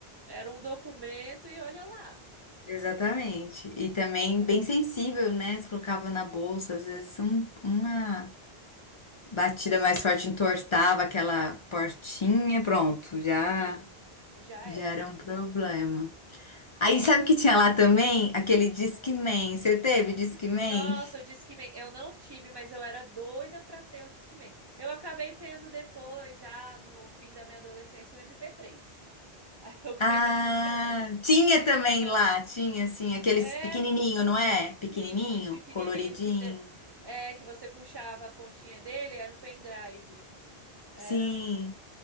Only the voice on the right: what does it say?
Era um documento e olha lá.
sim.
Sim, já
era.
Sim.
Ah.
Nossa, o Discman. Eu não tive, mas eu era doida pra ter o Discman. Eu acabei tendo depois, já no fim da minha adolescência, o MP3. Aí eu <laughs> ganhei
o MP3.
Mas,
é,
Sim, o pequenininho
que te... é que você puxava a pontinha dele, era um pendrive. Era,